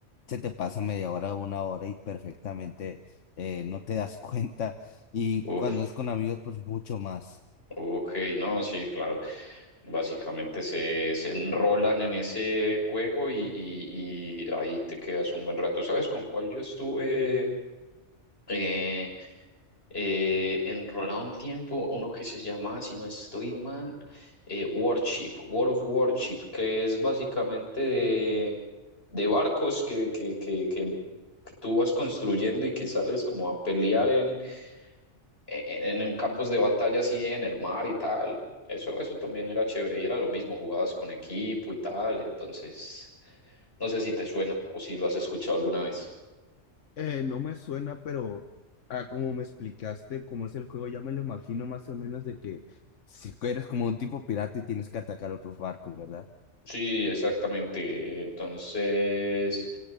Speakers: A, on the left; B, on the left.
A: se te pasa media hora, una hora y perfectamente eh, no te das <laughs> cuenta. Y
B: uf,
A: cuando es con amigos, pues mucho más.
B: ok, no, sí, claro. Básicamente se, se enrolan en ese juego y, y, y ahí te quedas un buen rato. ¿Sabes con cuál yo estuve? eh, eh, enrolado un tiempo uno que se llama, si no estoy mal, eh, Warship, World of Warship, que es básicamente de, de barcos que, que, que, que, que tú vas construyendo y que sales como a pelear en, en, en campos de batalla así en el mar y tal. Eso, eso también era chévere y era lo mismo, jugabas con equipo y tal, entonces no sé si te suena o si lo has escuchado alguna vez.
A: Eh, no me suena, pero ah, como me explicaste cómo es el juego, ya me lo imagino más o menos de que Si eres como un tipo pirata y tienes que atacar otros barcos, ¿verdad?
B: Sí, exactamente. Entonces,